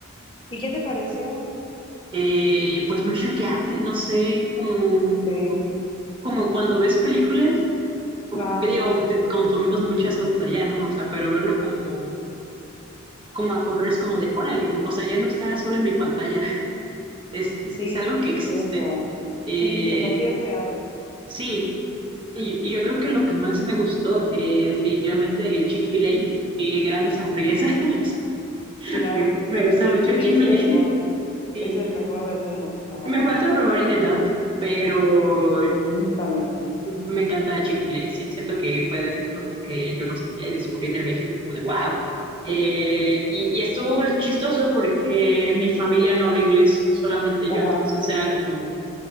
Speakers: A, on the left; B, on the right.
A: ¿Y qué te pareció?
B: Eh, pues muy choqueante, no sé, como,
A: Sí,
B: como cuando ves películas, o-
A: ajá,
B: que digo, te- consumimos muchas cosas de allá, ¿no? O sea, pero verlo como, como a colores, como de, órale, o sea, ya no está solo en mi pantalla, <laughs> es, es,
A: sí,
B: es algo que
A: es
B: existe.
A: cierto.
B: Eh,
A: Sí, sí, sí, o sea, sí es real.
B: sí, y, y yo creo que lo que más me gustó, eh, definitivamente, el Chick-fil-A, qué grandes hamburguesas. <laughs>
A: Claro
B: Me,
A: que sí.
B: me gusta
A: Chick-fil-A
B: mucho el Chick-fil-A.
A: es el mejor,
B: <laughs> Y,
A: es el mejor del mundo. Ajá.
B: Me falta probar In and Out, pero
A: Ujú, También.
B: me encanta Chick-fil-A. Sí, siento que fue de esos juegos que yo no sabía y descubrí en el viaje y fue como de wow. Eh, y, y estuvo chistoso porque mi familia no habla inglés, solamente
A: Ajá,
B: yo. Entonces era como,